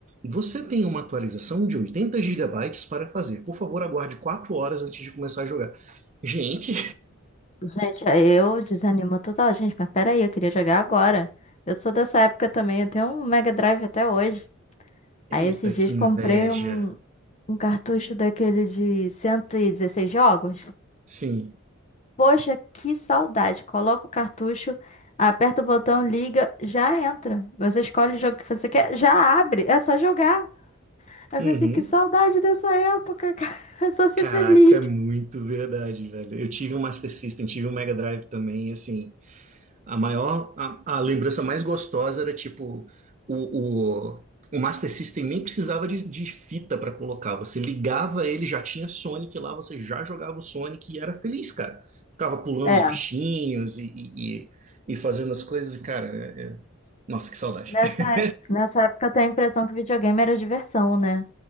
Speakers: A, on the right (about 35°); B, on the left (about 35°).
A: você tem uma atualização de 80 gigabytes para fazer. Por favor, aguarde 4 horas antes de começar a jogar. Gente,
B: Gente, aí eu desanimo total, gente, mas peraí, eu queria jogar agora. Eu sou dessa época também, eu tenho um Mega Drive até hoje.
A: <laughs> eita,
B: Aí esses dias
A: que inveja.
B: comprei um, um cartucho daquele de 116 jogos.
A: Sim.
B: Poxa, que saudade. Coloca o cartucho, aperta o botão, liga, já entra. Você escolhe o jogo que você quer, já abre, é só jogar. Aí
A: Uhum.
B: eu falei assim, que saudade dessa época, cara. <laughs> É só ser
A: Caraca,
B: feliz.
A: é muito verdade, velho. Eu tive um Master System, tive um Mega Drive também, e assim, A maior, a, a lembrança mais gostosa era tipo o, o, o Master System nem precisava de, de fita para colocar. Você ligava ele, já tinha Sonic lá, você já jogava o Sonic e era feliz, cara. Ficava pulando
B: É,
A: os bichinhos e, e, e- e fazendo as coisas, e, cara, é- é- nossa, que saudade.
B: nessa,
A: <laughs>
B: nessa época eu tenho a impressão que videogame era diversão, né?